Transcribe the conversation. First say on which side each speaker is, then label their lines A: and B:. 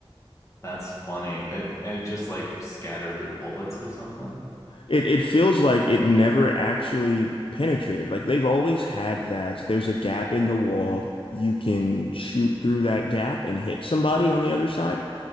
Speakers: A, on the left; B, on the left.
A: That's funny. It, it just like scattered your bullets or something.
B: It it feels like it never actually penetrated. Like they've always had that. There's a gap in the wall. You can shoot through that gap and hit somebody on the other side.